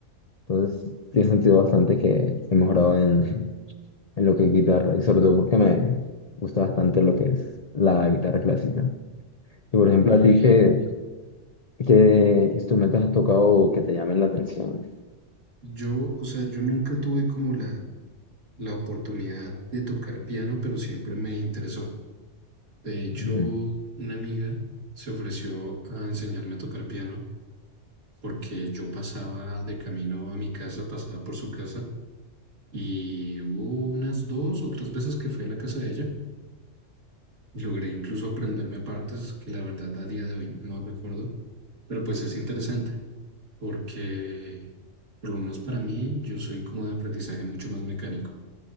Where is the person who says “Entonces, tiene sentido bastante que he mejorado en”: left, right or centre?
Left